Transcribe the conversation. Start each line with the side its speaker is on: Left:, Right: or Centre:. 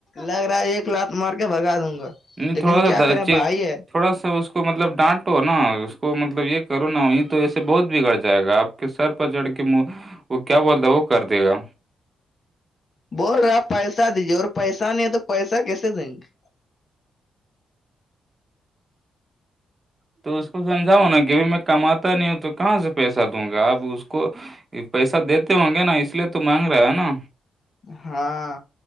Left: لگ رہا ہے ایک کلاات مار کے بگا دوں گا
Right: نہیں
Left: لیکن
Right: تھوڑا
Left: کیا
Right: سا
Left: کریں
Right: اچھے
Left: بھائی ہے
Right: تھوڑا سا اس کو مطلب ڈانٹو نا اس کو مطلب یہ کرو نا وہیں تو ایسے بہت بگڑ جائے گا آپ کہ سر پر چڑ کے وہ کیا بولتا وہ کر دے گا
Left: بول رہا آپ پیسہ دیجیے اور پیسانی نہیں ہے تو پیسہ کیسے دیں گے
Right: تو اس کو سمجھاؤ نا کہ بائی میں کماتا نہیں ہوں تو کہاں سے پیسہ دوں گا آپ اس کو یہ پیسہ دیتے ہوں گے نا اس لیے تو مانگ رہا ہے نا
Left: ہاں